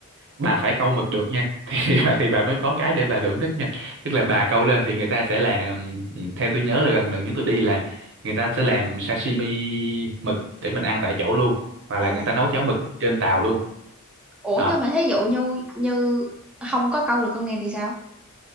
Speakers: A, on the right; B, in the centre.
A: bà phải câu mực được nha <laughs> thì, thì bà thì bà mới có cái để bà thưởng thức nha tức là bà câu lên thì người ta sẽ làm theo tôi nhớ là gần gần nhất tôi đi là người ta sẽ làm sashimi mực để mình ăn tại chỗ luôn hoặc
B: ồ
A: là người ta nấu cháo mực trên tàu luôn
B: ủa
A: Đó
B: nhưng mà thí dụ như như không có câu được con này thì sao